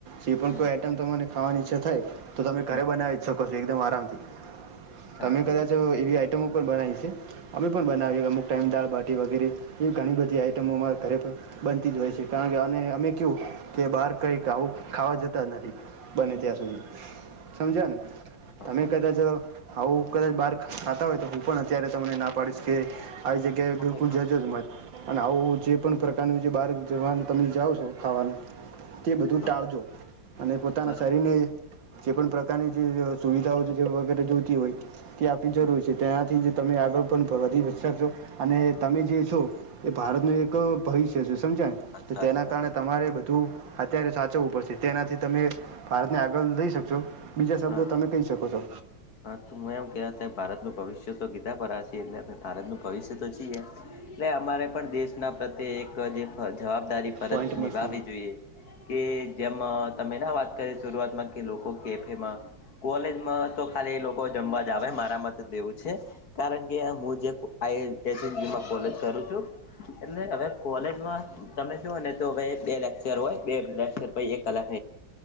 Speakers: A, on the right (about 70°); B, on the left (about 55°).
A: જે પણ
B: હમ
A: કોઈ આઈટમ તમારે ખાવાની ઈચ્છા થાય તો તમે
B: હમ
A: ઘરે બનાવી જ શકો છો એકદમ આરામથી.
B: હા
A: તમે
B: બરોબર
A: કદાચ એવી આઈટમો પણ બનાવી છે. અમે પણ બનાવીએ અમુક ટાઈમ દાળબાટી વગેરે એવી ઘણી બધી આઈટમોમાં ઘરે. બનતી જ હોય છે કારણ કે અને અમે કું કે બહાર કંઈક આવું ખાવા જતા નથી. બને ત્યાં સુધી સમજ્યા
B: હા
A: તમે
B: હા
A: કદાચ આવું કદાચ બહાર ખાતા હોય તો હું પણ અત્યારે તમને ના પાડીશ કે આવી જગ્યા કે
B: હું
A: બિલકુલ
B: નહી ખાતો
A: જજોજ મત. અને આવું જે પણ પ્રકારનું જે બહાર જવાનું તમે જાઓ છો ખાવાનું. તે બધું
B: હા
A: ટાળજો. અને પોતાના
B: બરોબર
A: શરીરને જે પણ પ્રકારની જે સુવિધાઓ વગેરે જોતી હોય. તે આપવી જરૂર
B: હા
A: છે તેનાથી જ તમે આગળ પણ વધી શકશો અને તમે જે છો. એ ભારત નું એક ભવિષ્ય છે સમજા.
B: વાત
A: તો
B: સાચી
A: તેના
B: તમારી
A: કારણે તમારે બધું અત્યારે સાચવવું પડશે તેનાથી તમે ભારતને આગળ લઈ શકશો બીજા શબ્દો
B: હા
A: તમે કહી શકો છો.
B: હા તો મે એમ કે ત ભારતનું ભવિષ્ય તો કીધા પર છીએ એટલે ભારતનું ભવિષ્ય તો છીએ. એટલે અમારે પણ દેશના પ્રત્યે એક જે જવાબદારી. ફરજ
A: પોઈન્ટ મસ્ત
B: નિભાવવી જોઈએ કે જેમ તમે ના વાત કરી શરૂઆતમાં કે લોકો કે એમાં કોલેજમાં તો ખાલી એ લોકો જમવા જ આવે મારામાં તો દેવું છે. કારણ કે મુજબ જે <inaudible> કોલેજ કરું છું. એટલે હવે કોલેજમાં તમે શું ને તો હવે બે લેક્ચર હોય બે લેક્ચર પ એક કલાક